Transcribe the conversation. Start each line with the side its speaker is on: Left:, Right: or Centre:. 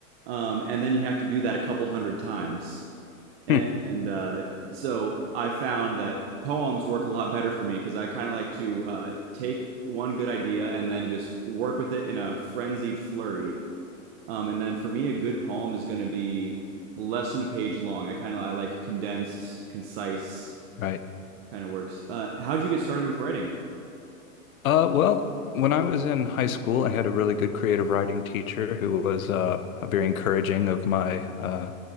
Right: Um, and then you have to do that a couple hundred times And
Left: Hmm.
Right: uh, so I found that poems work a lot better for me because I kind of like to uh, take one good idea and then just work with it in a frenzied flurry. Um, and then for me, a good poem is going to be less than a page long. I kind of I like condensed, concise
Left: Right.
Right: kind of works. Uh, how'd you get started with writing?
Left: Uh, well, when I was in high school, I had a really good creative writing teacher who was uh, very encouraging of my, uh,